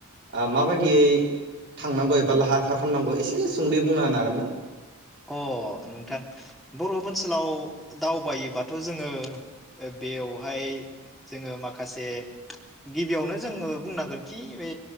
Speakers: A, on the right; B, in the centre.
A: ओ माबायदियै थांनांगौ एबा लाहार फाहार खालामनांगौ एसे सुंदै बुंनो हागोन ना?
B: अ नोंथां बरफ ओनसोलाव दावबायोबा थ' जोंङो बेयावहाय जोंङो माखासे गिबियावनो जोंङो बुंनांगोन खि बे